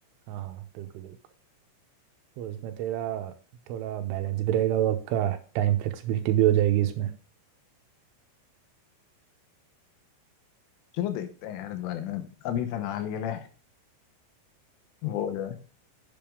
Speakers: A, on the right; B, on the left.
A: हाँ हाँ बिल्कुल बिल्कुल तो इसमें तेरा थोड़ा बैलेंस भी रहेगा वर्क का टाइम फ्लेक्सिबिलिटी भी हो जाएगी इसमें
B: चलो देखते हैं यार इस बारे में अभी फिलहाल के लिए वो हो जाए